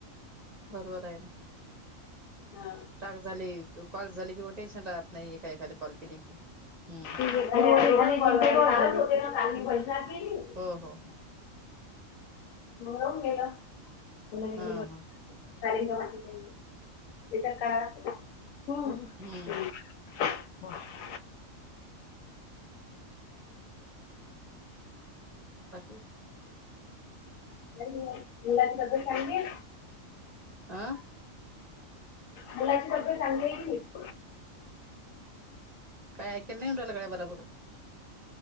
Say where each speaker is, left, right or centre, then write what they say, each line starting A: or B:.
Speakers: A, on the right; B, on the left.
A: बरोबर आहे ना
B: हा.
A: टाक झाली कॉल झाली की मग टेन्शन राहत नाही एका एखाद कॉल केली की हम्म.
B: पै <unintelligible>
A: हो हो हो
B: मंग वाहून गेल, नाही
A: हा
B: गेल.
A: हा
B: कारंग त्याच्या काळ <unintelligible>
A: हम्म
B: <inaudible>
A: बाकी
B: मुलाची तब्येत पाणी
A: आ
B: मुलाची तब्येत चांगली ये का नाही.
A: काही ऐकल नाही येऊन राहील बराबर.